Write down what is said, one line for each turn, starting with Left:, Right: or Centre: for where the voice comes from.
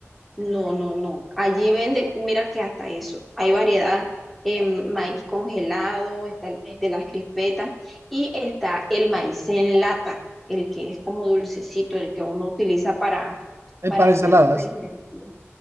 Centre: No, no, no. Allí venden, mira que hasta eso. Hay variedad en maíz congelado, está el maíz de las crispetas y está el maíz en lata, el que es como dulcecito, el que uno utiliza para,
Right: eh,
Centre: para
Right: para
Centre: hacer,
Right: ensaladas.
Centre: por ejemplo.